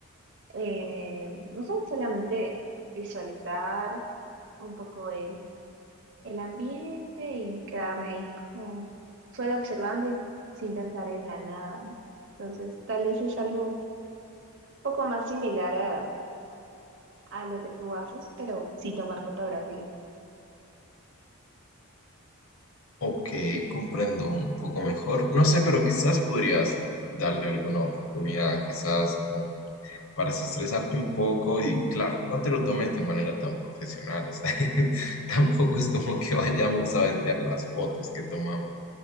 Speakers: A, on the right; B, on the left.
A: Eh, no sé, solamente visualizar un poco el, el ambiente y quedarme ahí como solo observando y sin pensar en la nada, ¿no? Entonces, tal vez es algo un poco más similar a, a lo que tú haces, pero sin tomar fotografías.
B: Ok, comprendo un poco mejor. No sé, pero quizás podrías darle alguna oportunidad, quizás como para estresarte un poco y claro, no te lo tomes de manera tan profesional, o sea, <laughs> tampoco es como que vayamos a vender las fotos que tomamos.